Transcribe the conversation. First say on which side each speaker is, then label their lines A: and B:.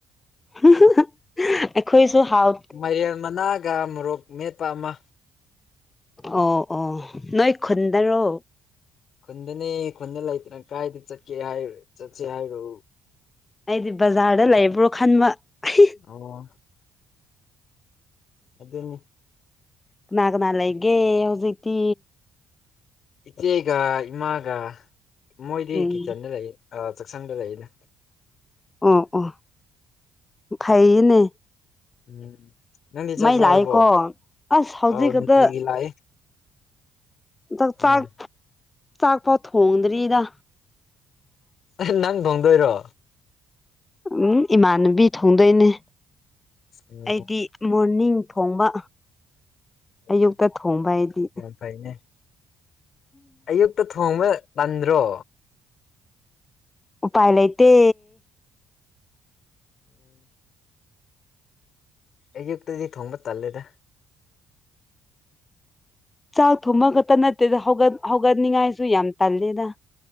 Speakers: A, on the left; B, on the left.
A: ꯍꯤꯍꯤ ꯑꯩꯈꯣꯏꯁꯨ ꯍꯥꯎ
B: ꯃꯥꯏꯔꯦꯟ ꯃꯅꯥꯒ ꯃꯣꯔꯣꯛ ꯃꯦꯠꯄ ꯑꯃ
A: ꯑꯣ ꯑꯣ ꯅꯣꯏ ꯈꯨꯟꯗꯔꯣ
B: ꯈꯨꯟꯗꯅꯦ ꯈꯨꯟꯗ ꯂꯩꯇꯅ ꯀꯥꯏꯗ ꯆꯠꯀꯦ ꯍꯥꯏꯔ ꯆꯠꯁꯦ ꯍꯥꯏꯔꯣ
A: ꯑꯩꯗꯤ ꯕꯖꯥꯔꯗ ꯂꯩꯕ꯭ꯔꯣ ꯈꯟꯕ <unintelligible>
B: ꯑꯣ ꯑꯗꯨꯅꯤ
A: ꯀꯅꯥ ꯀꯅꯥ ꯂꯩꯒꯦ ꯍꯧꯖꯤꯛꯇꯤ
B: ꯏꯆꯦꯒ ꯏꯃꯥꯒ ꯃꯣꯏꯗꯤ
A: ꯎꯝ
B: ꯀꯤꯠꯆꯟꯗ ꯂꯩꯌꯦ ꯑ ꯆꯥꯛꯁꯪꯗ ꯂꯩꯌꯦꯅ
A: ꯑꯣ ꯑꯣ ꯐꯩꯌꯤꯅꯦ
B: ꯎꯝ ꯅꯪꯗꯤ ꯆꯥꯛ
A: ꯃꯩ
B: ꯆꯥꯔꯕꯣ
A: ꯂꯥꯛꯑꯦꯀꯣ ꯑꯁ ꯍꯧꯖꯤꯛ
B: ꯑꯧ
A: ꯈꯛꯇ
B: ꯅꯨꯡꯇꯤꯒꯤ ꯂꯥꯛꯑꯦ
A: ꯆꯥꯛ ꯆꯥꯛ
B: ꯎꯝ
A: ꯆꯥꯛ ꯐꯥꯎ ꯊꯣꯡꯗ꯭ꯔꯤꯗ
B: <unintelligible> ꯅꯪ ꯊꯣꯡꯗꯣꯏꯔꯣ
A: ꯎꯝ ꯏꯃꯥꯟꯅꯕꯤ ꯊꯣꯡꯗꯣꯏꯅꯦ
B: ꯎꯝ
A: ꯑꯩꯗꯤ ꯃꯣꯔꯅꯤꯡ ꯊꯣꯡꯕ
B: ꯑꯣ
A: ꯑꯌꯨꯛꯇ ꯊꯣꯡꯕ ꯑꯩꯗꯤ
B: ꯌꯥꯝ ꯐꯩꯅꯦ ꯑꯌꯨꯛꯇ ꯊꯣꯡꯕ ꯇꯟꯗ꯭ꯔꯣ
A: ꯎꯄꯥꯥꯏ ꯂꯩꯥꯇꯦ
B: ꯎꯝ ꯑꯌꯨꯛꯇꯗꯤ ꯊꯣꯡꯕ ꯇꯜꯂꯦꯗ
A: ꯆꯥꯛ ꯊꯣꯡꯕ ꯈꯠꯇ ꯅꯠꯇꯦꯗ ꯍꯧꯒꯠ ꯍꯧꯒꯠꯅꯤꯡꯉꯥꯏꯁꯨ ꯌꯥꯝ ꯇꯜꯂꯦꯗ